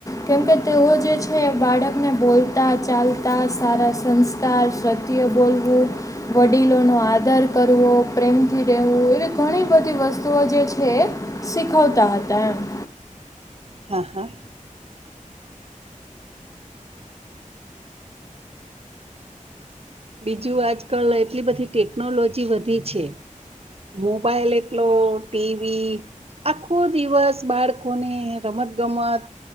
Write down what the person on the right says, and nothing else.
હા હા બીજું આજકાલ એટલી બધી ટેકનોલોજી વધી છે. મોબાઈલ એટલો ટીવી આખો દિવસ બાળકોને રમત ગમત